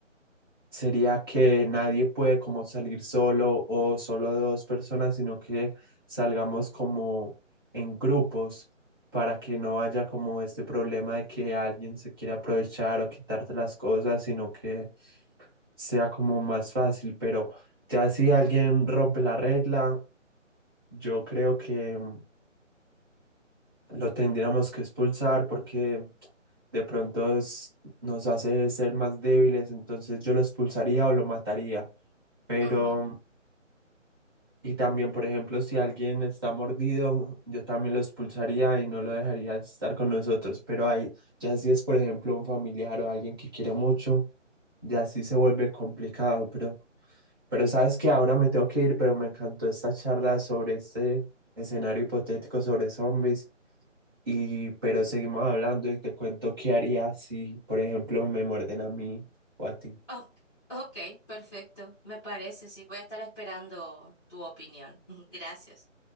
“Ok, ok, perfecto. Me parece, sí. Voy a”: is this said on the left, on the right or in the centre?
Centre